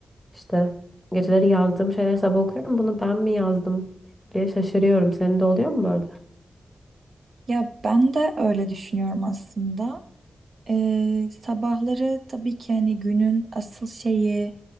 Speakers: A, in the centre; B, on the right (about 55°).
A: İşte geceleri yazdığım şeyleri sabah okuyorum. Bunu ben mi yazdım diye şaşırıyorum. Senin de oluyor mu böyle?
B: Ya ben de öyle düşünüyorum aslında. Ee, sabahları tabii ki hani günün asıl şeyi